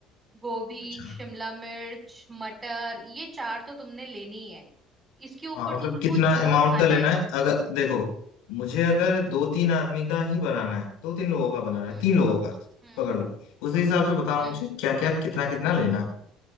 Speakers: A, on the right; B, on the left.
A: गोभी
B: अच्छा
A: शिमला मिर्च मटर ये चार तो तुमने लेनी ही है इसके ऊपर
B: हाँ मतलब
A: तुमको
B: कितना
A: जो
B: अमाउंट
A: खाना
B: का लेना
A: है
B: है अगर देखो मुझे अगर
A: हम्म
B: दो तीन आदमी का ही बनाना है दो तीन लोगों का बनाना है
A: हम्म
B: तीन लोगों का
A: हम्म
B: पकड़ लो उस हिसाब से बताओ
A: हम्म
B: मुझे क्या क्या कितना कितना लेना है